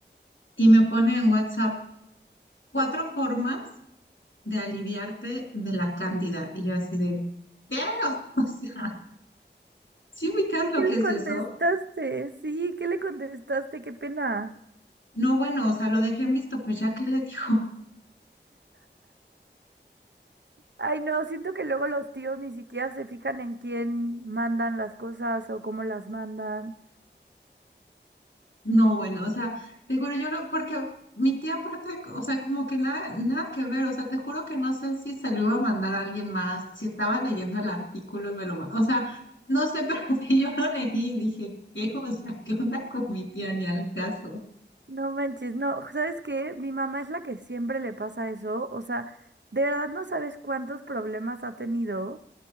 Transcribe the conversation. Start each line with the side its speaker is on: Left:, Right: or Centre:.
Left: y me pone en WhatsApp cuatro formas de aliviarte de la cándida. Y yo así de, ¿qué? <laughs> O sea, si ubicas
Right: ¿Y
Left: lo
Right: qué
Left: que
Right: le
Left: es
Right: contestaste?
Left: eso?
Right: Sí, ¿qué le contestaste? Qué pena.
Left: No, bueno, o sea, lo dejé en visto, pues ya que le dijo. <laughs>
Right: Ay, no, siento que luego los tíos ni siquiera se fijan en quién mandan las cosas o cómo las mandan.
Left: No, bueno, o sea, te juro, yo lo, porque mi tía aparte, o sea, como que nada, nada que ver, o sea, te juro que no sé si se lo iba a mandar a alguien más, si estaba leyendo el artículo y me lo, ma- o sea, no sé, <laughs> pero si yo lo leí y dije, ¿qué? O sea, ¿qué onda con mi tía? Ni al caso.
Right: No manches, no, ¿sabes qué? Mi mamá es la que siempre le pasa eso. O sea, de verdad no sabes cuántos problemas ha tenido.